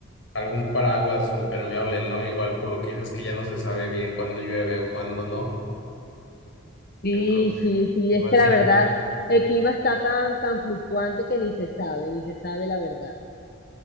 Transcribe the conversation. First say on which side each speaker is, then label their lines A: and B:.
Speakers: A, on the left; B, on the left.
A: algún paraguas o impermeable, ¿no? Igual por lo que dices que ya no se sabe bien cuándo llueve o cuándo no.
B: Sí,
A: Yo creo que
B: sí, sí,
A: igual
B: es que la
A: sea
B: verdad,
A: positivo.
B: el clima está tan, tan fluctuante que ni se sabe, ni se sabe la verdad.